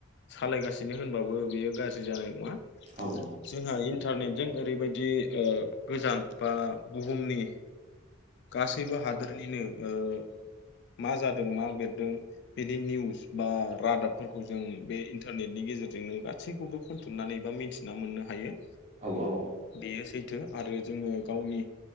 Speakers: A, on the left; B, on the right.
A: सालायगासिनो होनबाबो बेयो गाज्रि जानाय नङा
B: औ औ
A: जोंहा इन्टारनेटजों ओरैबायदि ओ गोजान बा बुहुमनि गासैबो हादोर निनो बिदिनो मा जादों मा बेरदों बेनि निउस बा रादाबफोरखौ जों बे इन्टारनेटनि गेजेरजोंनो गासैखौबो खनथुमनानै बा मिन्थिना मोननो हायो
B: आव आव
A: बेयो सैथो आरो जोङो गावनि